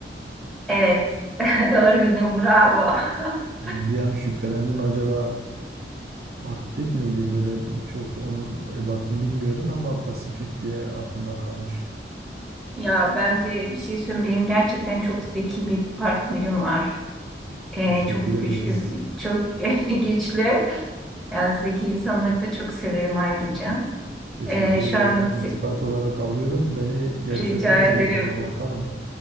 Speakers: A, in the centre; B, on the right.
A: Evet, <laughs> doğru bildim bravo. <laughs>
B: Yani Bir an şüphelendim acaba Arktik miydi böyle çok onun ebatını bilmiyorum ama Pasifik diye aklımda kalmış.
A: Ya bence bir şey söyleyeyim, benim gerçekten çok zeki bir partnerim var. Ee,
B: Teşekkür
A: çok
B: ederiz.
A: güçlü, çok <laughs> güçlü. Yani zeki insanları da çok severim ayrıca.
B: Teşekkür
A: Ee, şu
B: ederim.
A: an
B: Bunu
A: si-
B: iltifat olarak alıyorum. Beni gevşetmez
A: rica ederim,
B: inşallah bakalım.